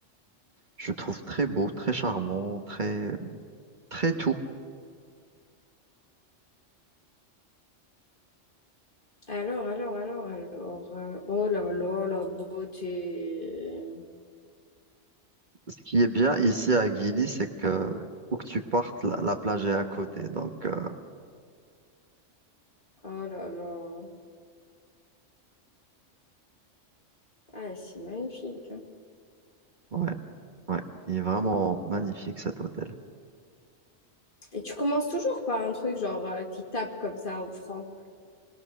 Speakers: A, on the right; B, on the left.
A: Je trouve très beau, très charmant, très, très tout.
B: Alors, alors, alors, alors. euh, oh là là, la beauté.
A: Ce qui est bien ici à Guilly, c'est que où que tu partes, la, la plage est à côté. Donc, euh,
B: Oh là là. Ah, c'est magnifique. hein.
A: ouais, ouais, il est vraiment magnifique cet hôtel.
B: Et tu commences toujours par un truc genre euh, qui tape comme ça au franc.